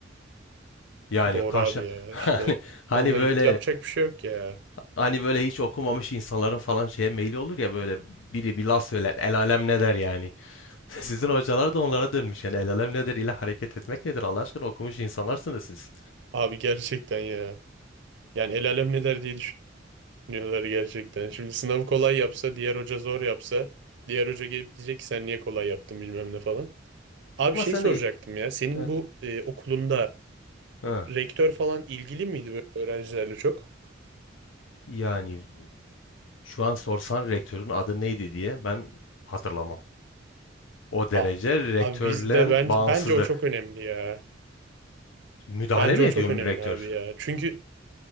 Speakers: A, on the left (about 80°); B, on the right (about 65°).
A: Yani
B: Doğru
A: karşı
B: abi ya.
A: <laughs> hani,
B: İşte
A: hani
B: onunla
A: böyle
B: yapacak bir şey yok ya.
A: hani böyle hiç okumamış insanların falan şeye meyli olur ya böyle biri bir laf söyler el alem ne der yani. <laughs> Sizin hocalar da onlara dönmüş. Yani el alem nedir ile hareket etmek nedir? Allah aşkına okumuş insanlarsınız siz.
B: Abi gerçekten ya. Yani el alem ne der diye düşünüyorlar gerçekten. Şimdi sınavı kolay yapsa, diğer hoca zor yapsa, diğer hoca gelip diyecek ki sen niye kolay yaptın bilmem ne falan. Abi
A: Ama
B: şey
A: sen
B: soracaktım
A: de
B: ya. Senin
A: yani,
B: bu e, okulunda
A: ha,
B: rektör falan ilgili miydi böyle öğrencilerle çok?
A: yani şu an sorsan rektörün adı neydi diye ben hatırlamam. O derece
B: A-
A: rektörle
B: Abi bizde bence
A: bağımsızlık.
B: bence o çok önemli ya.
A: Müdahale
B: Bence
A: mi
B: o
A: ediyor
B: çok önemli
A: rektör?
B: abi ya. Çünkü